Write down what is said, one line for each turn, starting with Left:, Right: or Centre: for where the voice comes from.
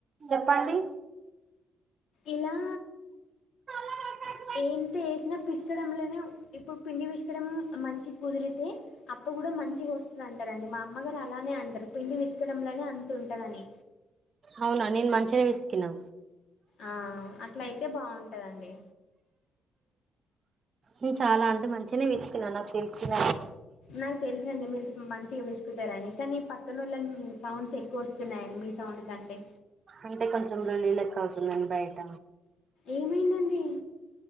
Right: చెప్పండి
Left: ఇలా
Right: <unintelligible>
Left: ఏంతేసిన పిసుకడంలోనే ఉం ఇప్పుడు పిండి పిసకడం మంచి కుదిరితే అప్పు కుడ మంచిగ వస్తదంటరండి మా అమ్మగారు అలానే అంటరు పిండి పిసకడంలోనే అంత ఉంటదని
Right: అవునా నేను మంచిగనే పిసికినా
Left: ఆ అట్ల అయితే బావుంటదండి
Right: నేను చాలా అంటే మంచిగనే పితికిిన నాకు తెలిసన
Left: నాకు తెలుసండి మీ మంచిగ పిసుకుతరని కానీ పక్కనోళ్ళని సౌండ్స్ ఎక్కువ వస్తున్నాయండి మీ సౌండ్ కంటే
Right: అంటే కొంచెం లొల్లి లెక్క అవుతుందండి బయట
Left: ఏమైందండి